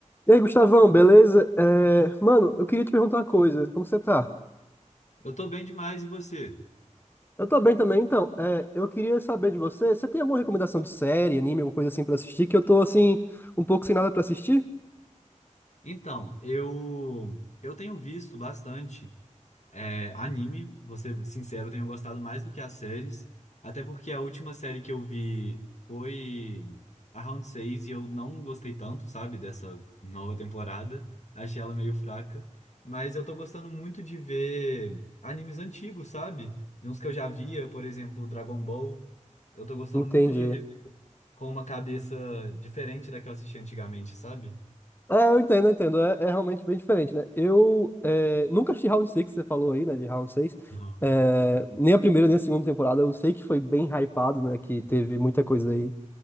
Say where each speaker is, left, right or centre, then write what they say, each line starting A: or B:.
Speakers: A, on the left; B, on the left.
A: E aí, Gustavão, beleza? É, mano, eu queria te perguntar uma coisa. Como você tá?
B: Eu tô bem demais, e você?
A: Eu tô bem também, então. é, eu queria saber de você. Você tem alguma recomendação de série, anime, alguma coisa assim pra assistir? Que eu tô, assim, um pouco sem nada pra assistir?
B: Então, eu eu tenho visto bastante é, anime, vou ser sincero, eu tenho gostado mais do que as séries, até porque a última série que eu vi foi a Round 6 e eu não gostei tanto, sabe, dessa nova temporada, achei ela meio fraca, mas eu tô gostando muito de ver animes antigos, sabe? De uns que eu já via, por exemplo, Dragon Ball, eu tô gostando
A: Entendi.
B: muito de rever com uma cabeça diferente da que eu assisti antigamente, sabe?
A: É, eu entendo, eu entendo. É, é realmente bem diferente, né? Eu é, nunca assisti Round 6, que você falou aí, né? De Round 6.
B: Aham.
A: É, nem a primeira, nem a segunda temporada. Eu sei que foi bem hypado, né? Que teve muita coisa aí